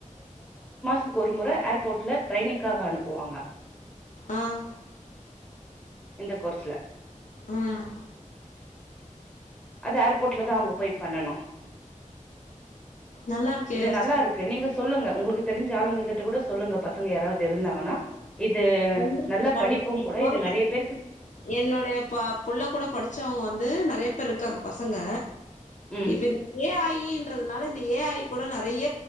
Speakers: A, in the centre; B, on the left.
A: துக்கு ஒரு முறை ஏர்போர்ட்ல ட்ரெய்னிங்காக அனுப்புவாங்க
B: ஆஹ்
A: இந்த கோர்ஸ்ல
B: உம்
A: அது ஏர்போர்ட்ல தான் அவுங்க போய் பண்ணனும்
B: நல்லா இருக்கே
A: இது
B: அர்ச்சனா
A: நல்லா இருக்கு நீங்க சொல்லுங்க உங்களுக்கு தெரிஞ்ச ஆளுங்க கிட்ட கூட சொல்லுங்க பசங்க யாராவது இருந்தாங்கன்னா இது
B: கண்டிப்பா
A: நல்ல
B: கண்டி
A: படிப்பும்
B: இப்போ
A: கூட இது நெறைய பேருக்கு
B: என்னுடைய புள்ள கூட படிச்சவங்க வந்து நெறைய பேர் இருக்காங்க பசங்க
A: ம்
B: இப்ப இது ஏ ஐ ன்றது னால இந்த ஏ ஐ கூட நெறைய